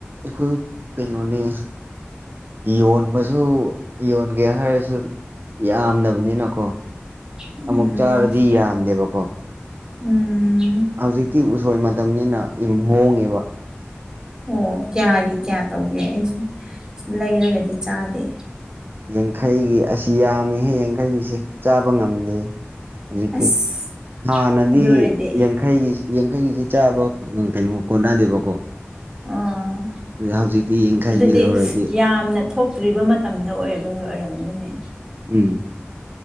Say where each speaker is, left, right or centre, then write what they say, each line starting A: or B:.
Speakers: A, on the right (about 50°); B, on the right (about 15°).
A: ꯏꯈꯣ ꯇꯩꯅꯩꯅꯣꯅꯤ ꯌꯣꯟꯕꯁꯨ ꯌꯣꯟꯒꯦ ꯍꯥꯏꯔꯁꯨ ꯌꯥꯝꯗꯕꯅꯤꯅꯀꯣ
B: ꯎꯝ
A: ꯑꯃꯨꯛ ꯆꯥꯔꯗꯤ ꯌꯥꯝꯗꯦꯕꯀꯣ
B: ꯎꯝ
A: ꯍꯧꯖꯤꯛꯇꯤ ꯎꯁꯣꯏ ꯃꯇꯝꯅꯤꯅ ꯏꯝ ꯍꯣꯡꯉꯦꯕ
B: ꯑꯣ ꯀꯌꯥꯒꯤ ꯀꯌꯥ ꯇꯧꯒꯦ ꯑꯩ ꯂꯩꯔꯒꯗꯤ ꯆꯥꯗꯦ
A: ꯌꯥꯡꯈꯩꯒꯤ ꯑꯁꯤ ꯌꯥꯝꯃꯤꯍꯦ ꯌꯥꯡꯈꯩꯒꯤꯁꯦ ꯆꯥꯕ ꯉꯝꯗꯦ ꯍꯧꯖꯤꯛꯇꯤ
B: ꯑꯁ
A: ꯍꯥꯟꯅꯗꯤ
B: ꯑꯗꯨ ꯑꯣꯏꯔꯗꯤ
A: ꯌꯥꯡꯈꯩꯒꯤ ꯌꯥꯡꯈꯩꯁꯤ ꯆꯥꯕ ꯀꯩꯅꯣ ꯀꯣꯟꯅꯗꯦꯕꯀꯣ
B: ꯑꯥ
A: ꯍꯧꯖꯤꯛꯇꯤ ꯌꯥꯡꯈꯩꯒꯤ
B: ꯑꯗꯨꯗꯤ
A: ꯂꯧꯔꯗꯤ
B: ꯌꯥꯝꯅ ꯊꯣꯛꯇ꯭ꯔꯤꯕ ꯃꯇꯝꯗ ꯑꯣꯏꯕꯒꯤ ꯑꯣꯏꯔꯝꯒꯅꯤ
A: ꯎꯝ